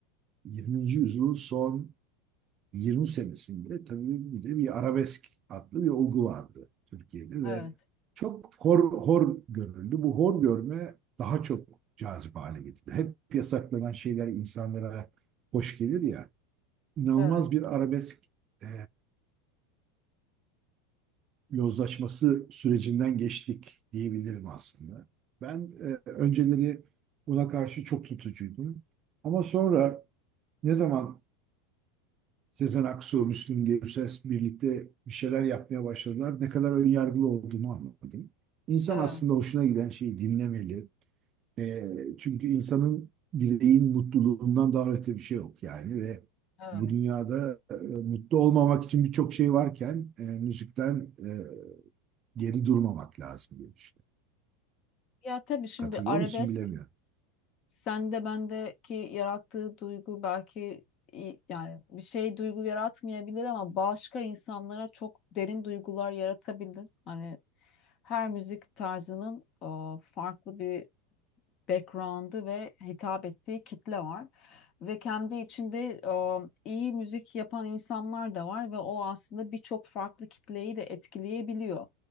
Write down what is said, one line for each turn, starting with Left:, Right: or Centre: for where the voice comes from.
Right: 20. yüzyılın son 20 senesinde tabii bir de bir arabesk adlı bir olgu vardı Türkiye'de ve
Left: Evet,
Right: çok hor, hor görüldü. Bu hor görme daha çok cazip hale getirdi. Hep yasaklanan şeyler insanlara hoş gelir ya. İnanılmaz
Left: evet,
Right: bir arabesk e, yozlaşması sürecinden geçtik diyebilirim aslında. Ben e, önceleri buna karşı çok tutucuydum. Ama sonra ne zaman Sezen Aksu, Müslüm Gürses birlikte bir şeyler yapmaya başladılar. Ne kadar önyargılı olduğumu anladım. İnsan
Left: evet,
Right: aslında hoşuna giden şeyi dinlemeli. E, çünkü insanın bireyin mutluluğundan daha öte bir şey yok yani ve
Left: evet.
Right: bu dünyada e, mutlu olmamak için birçok şey varken e, müzikten e, geri durmamak lazım diye düşünüyorum.
Left: Ya tabii şimdi
Right: Katılıyor
Left: arabesk
Right: musun bilemiyorum.
Left: sende bendeki yarattığı duygu belki i- yani bir şey duygu yaratmayabilir ama başka insanlara çok derin duygular yaratabilir. Hani her müzik tarzının e, farklı bir background'ı ve hitap ettiği kitle var. Ve kendi içinde e, iyi müzik yapan insanlar da var ve o aslında birçok farklı kitleyi de etkileyebiliyor.